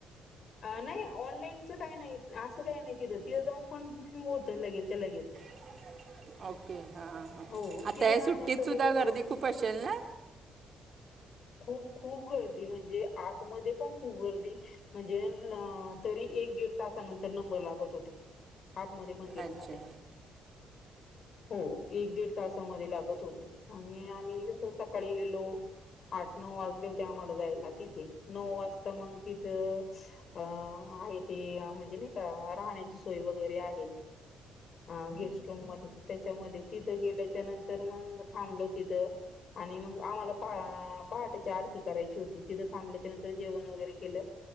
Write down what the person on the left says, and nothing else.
नाही. ऑनलाईनच काही नाही असं काही नाही तिथं तिथं जाऊन पण बुकिंग होतं लगेचच्या लगेच.
हो
तिथे
राहण्याचं
लगेच होत.
खूप खूप गर्दी म्हणजे आतमध्ये पण खूप गर्दी म्हणजे तरी एक दीड तासानंतर नंबर लागत होते, आतमध्ये मंदिरामध्ये.
हो. एक दीड तासामध्ये लागत होते आणि आम्ही जस सकाळी गेलो आठ, नऊ वाजल्या होते आम्हाला जायला तिथे, नऊ वाजता मग तिथं अ ते म्हणजे नाही का राहण्याची सोय वगैरे आहे. हा गेस्ट रूम मध्ये त्याच्यामध्ये तिथं गेल्याच्या नंतर मग थांबलो तिथं. आणि मग आम्हाला पाठच्या आरती करायची होती, तिथं थांबल्याच्या नंतर जेवण वगैरे केलं.